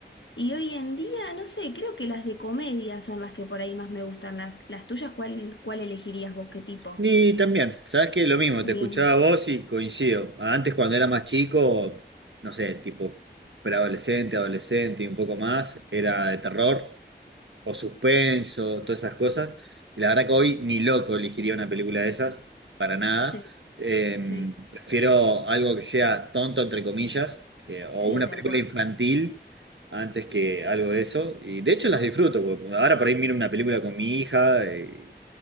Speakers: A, on the left (about 80°); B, on the right (about 85°).
A: Y hoy en día, no sé, creo que las de comedia son las que por ahí más me gustan. Las, las tuyas, ¿cuál, cuál elegirías vos? ¿Qué tipo?
B: Y también, ¿sabes qué? Lo mismo,
A: También.
B: te escuchaba a vos y coincido. Antes, cuando era más chico, no sé, tipo preadolescente, adolescente y un poco más, era de terror. o suspenso, todas esas cosas. Y la verdad que hoy ni loco elegiría una película de esas, para nada.
A: Sí,
B: Eh,
A: sí,
B: prefiero algo que sea tonto, entre comillas, eh, o
A: sí,
B: una
A: tal
B: película
A: cual.
B: infantil antes que algo de eso. Y de hecho las disfruto, porque ahora por ahí miro una película con mi hija. eh,